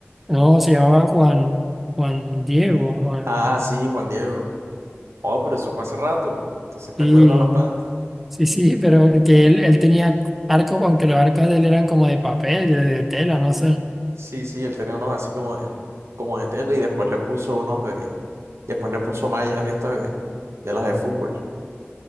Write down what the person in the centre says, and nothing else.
No, se llamaba Juan, Juan Diego, Juan.
Sí,
sí, sí, pero que él, él tenía arcos, aunque los arcos de él eran como de papel, de, de tela, no sé.